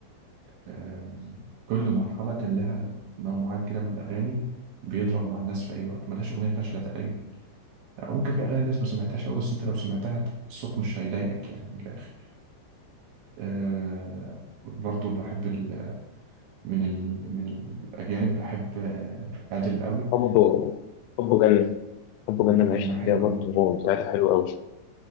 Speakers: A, on the right (about 70°); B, on the left (about 90°).
A: آم، كل مرحلة كان لها نوع معين كده من الأغاني بيضرب مع الناس في أي وقت ملهاش أغنية فاشلة تقريبا آه، ممكن في أغاني الناس ما سمعتهاش أوي بس أنت لو سمعتها الصوت مش هيضايقك يعني من الآخر آه، برضو بحب ال- من ال... من الأجانب بحب آه، أدل قوي
B: حبه حبه جنة حب جنة
A: حبه
B: ما
A: جنة
B: عشت
A: حلو
B: فيها برضه
A: قوي
B: هو بتاعتها حلوة أوي